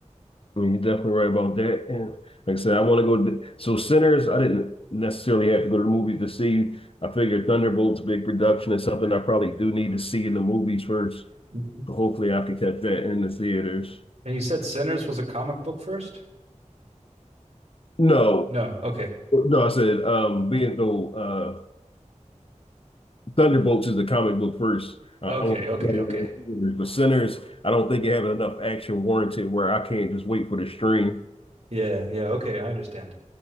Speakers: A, on the left; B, on the right.
A: I mean, you're definitely right about that. And like I said, I want to go. to- So Sinners, I didn't necessarily have to go to the movies to see. I figured Thunderbolts, big production, is something I probably do need to see in the movies first.
B: Mhm.
A: So hopefully, I could catch that in the theaters.
B: And you said Sinners was a comic book first?
A: No,
B: No. Okay.
A: no, I said um, being though uh, Thunderbolts is the comic book first. I,
B: Okay.
A: I want to
B: Okay.
A: see that in
B: Okay.
A: the theaters. but Sinners, I don't think it have enough action warranted where I can't just wait for the stream.
B: Yeah. Yeah. Okay. I understand.